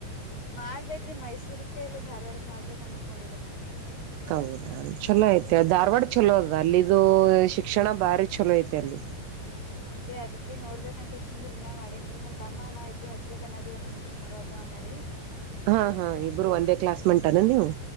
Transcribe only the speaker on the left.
ಮಾಡ್ಬೇಕ್ರೀ ಮೈಸೂರ್ಕ್ ಇಲ್ಲ ಧಾರವಾಡಕ್ ಮಾಡ್ಬೇಕ ಅನ್ಕೊಂಡಿದ್ರಿ.
ಹಾ- ಅದ ಅದ್ಕ ನೋಡ್ಬೇಕ ಅಂತ ತಕ್ಷಸನ್ೀ ನ ಮಾಡೇನ್ೀ ನಮ್ ತಮ್ಮ ನಾ ಇಬ್ಬರು ಹಚ್ಬೇಕ ಅದೇವ ನಮ್ಮ ಹುಷಿ ಮಗಬ್ಬ ಅನರೀ.